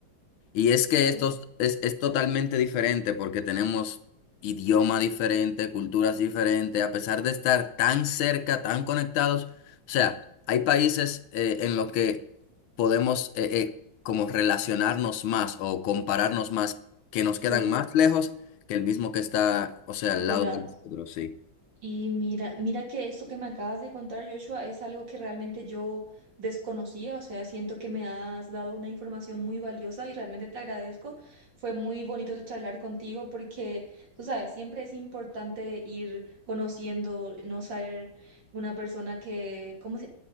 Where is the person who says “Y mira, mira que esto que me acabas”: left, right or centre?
Right